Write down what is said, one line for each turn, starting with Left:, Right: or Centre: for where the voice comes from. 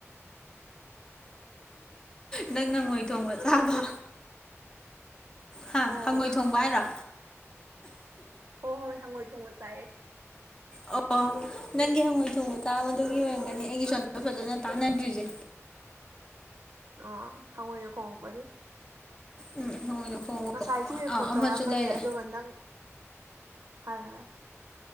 Left: ꯅꯪꯅꯉꯣꯏ ꯊꯣꯡꯕ ꯆꯥꯕ ꯍꯥ
Right: ꯑꯣ
Left: ꯍꯪꯉꯣꯏ ꯊꯣꯡꯕ ꯍꯥꯏꯔꯣ
Right: ꯍꯣ ꯍꯣꯏ ꯍꯪꯉꯣꯏ ꯊꯣꯡꯉꯣꯏꯁ ꯇꯥꯏ
Left: ꯑꯣ ꯅꯪꯒꯤ ꯍꯪꯉꯣꯏ ꯊꯣꯡꯉꯣꯏ ꯇꯥꯕꯗꯨꯒꯤ ꯑꯣꯏꯔꯝꯒꯅꯤ ꯑꯩꯒꯤ ꯁꯝꯗ ꯐꯖꯅ ꯇꯥꯅꯠꯇ꯭ꯔꯤꯖꯦ
Right: ꯑ ꯍꯪꯣꯏꯗ ꯈꯣꯡꯉꯄꯒꯤ
Left: ꯎꯝ ꯍꯪꯉꯣꯏꯅ ꯈꯣꯡꯕ
Right: ꯉꯁꯥꯏ ꯏꯆꯦꯕ
Left: ꯑꯥ
Right: ꯐꯣꯟ
Left: ꯑꯃꯁꯨ
Right: ꯇꯧꯔꯛꯑꯝꯕꯅꯦ
Left: ꯂꯩꯔꯦ
Right: ꯑꯗꯨꯒ ꯅꯪ ꯍꯥꯏꯔꯔꯦ